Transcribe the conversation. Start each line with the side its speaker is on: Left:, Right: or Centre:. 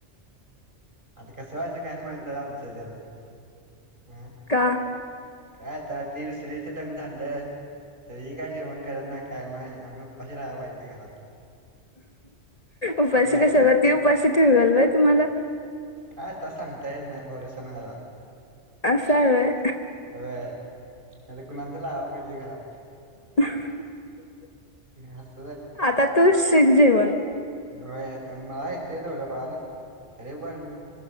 Right: आता कसं व्हायचं कायसं माहिती तर आमचं तर. अं.
Left: का?
Right: काय आता ति दुसरीच लग्न झालं. तरी हि काय जेवण करत नाही काय नाही, आम्ही उपाशी राहाय पाहिजे घरात.
Left: उपाशी
Right: नाही
Left: कशाला,
Right: तर
Left: ती उपाशी ठेवल व्हय तुम्हाला.
Right: काय आता सांगता येत नाही, भरोसा नाय हजा.
Left: असं हाय होय?
Right: होय, आता कुणाला तर लावाय पाहिजे घरात.
Left: <inaudible>
Right: <unintelligible>
Left: आता तूच शिक जेवण.
Right: होय आता मला येतय थोडं फार तरी पण